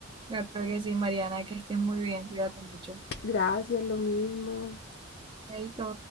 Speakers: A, on the right; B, on the left.
A: Claro que sí, Mariana, que estés muy bien, cuídate mucho.
B: Gracias, lo mismo.
A: Chaito.